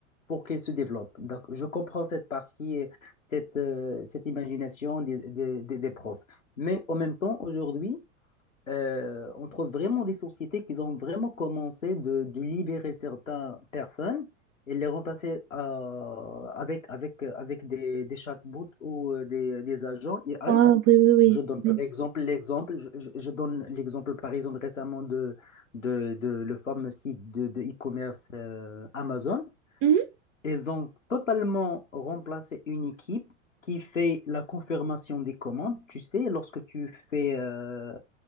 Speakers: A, on the left; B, on the right.
A: pour qu'elle se développe. Donc, je comprends cette partie, cette, euh, cette imagination des, des, des- des profs. Mais en même temps, aujourd'hui, euh, on trouve vraiment des sociétés qui ont vraiment commencé de, de libérer certaines personnes et les remplacer euh, avec, avec, avec des, des chatbots ou euh, des, des agents AI.
B: Ah, oui, oui, oui.
A: Je donne par
B: oui.
A: exemple l'exemple, je, je- je donne l'exemple par exemple récemment de, de, de le fameux site de, de e-commerce euh, Amazon.
B: Mhm.
A: Ils ont totalement remplacé une équipe qui fait la confirmation des commandes. Tu sais, lorsque tu fais euh,